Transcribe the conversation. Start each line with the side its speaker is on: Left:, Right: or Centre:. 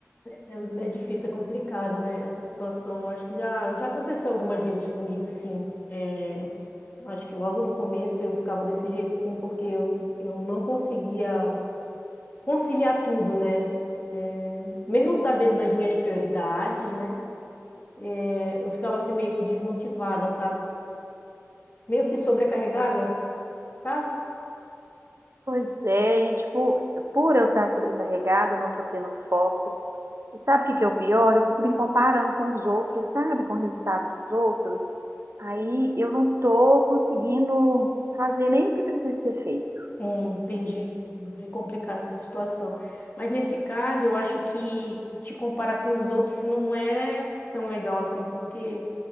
Left: É, é difícil, é complicado, né, essa situação. Acho que já, já aconteceu algumas vezes comigo, sim. É, acho que logo no começo eu ficava desse jeito, assim, porque eu, eu não conseguia. conciliar tudo, né? É, mesmo sabendo das minhas prioridades, né? É, eu ficava assim meio que desmotivada, sabe? Meio que sobrecarregada, sabe?
Right: Pois é, e tipo, por eu estar sobrecarregada, não tô tendo foco. E sabe o que que é o pior? Eu fico me comparando com os outros, sabe? Com o resultado dos outros. Aí eu não tô conseguindo fazer nem o que precisa ser feito.
Left: Hum, entendi. Hum, É complicada essa situação. Mas nesse caso, eu acho que te comparar com os outros não é tão legal assim, porque